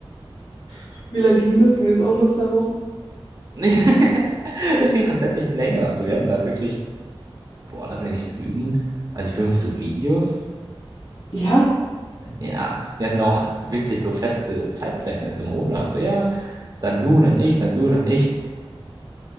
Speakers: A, on the left; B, on the right.
A: <laughs> wie lange ging das? Ging das auch nur zwei Wochen?
B: <laughs> Das ging tatsächlich länger. Also wir hatten da wirklich, boah, lass mich nicht lügen, an die 15 Videos.
A: Ja,
B: Ja, wir hatten auch wirklich so feste Zeitpläne zum Hochladen. So, ja, dann du, dann ich, dann du, dann ich.